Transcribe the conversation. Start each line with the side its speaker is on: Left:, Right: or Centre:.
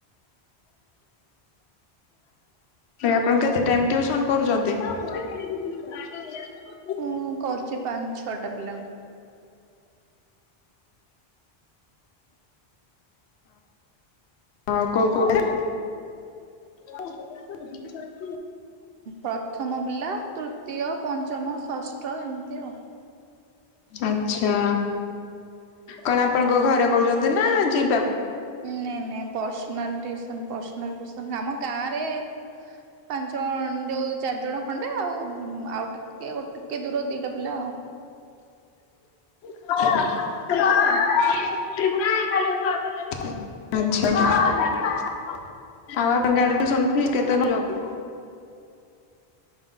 Left: ଆପଣ କେତେ ଟାଇମ ଟିଉସନ କରୁଚନ୍ତି? <unintelligible>
Right: ମୁଁ କରୁଛି ପାଞ୍ଚ ଛଅଟା ପିଲାଙ୍କୁ।
Left: ଓହଃ କଉ କଉ ପିଲା? <unintelligible>
Right: ପ୍ରଥମ ପିଲା, ତୃତୀୟ, ପଞ୍ଚମ, ଷଷ୍ଠ ଏମିତି ଆଉ
Left: ଆଚ୍ଛା। କଣ ଆପଣଙ୍କ ଘରେ କହୁଛନ୍ତି, ନା ଯିବା
Right: ନାଇଁ ନାଇଁ ପର୍ସନାଲ ଟିଉସନ ପାର୍ସନାଲ ଟିଉସନ ଆମ ଗାଁ ରେ ପାଞ୍ଚଣ ଯୋଉ ଚାରିଜଣ ଖଣ୍ଡେ ଆଉ ଆଉ ଟିକେ ଟିକେ ଦୂର ଦିଟା ପିଲା ଆଉ।
Left: <unintelligible> ଆଛା ଆଉ ଆପଣଙ୍କ ଗାଡି ଶୁଣୁ ଥିବେ କେତେ <unintelligible>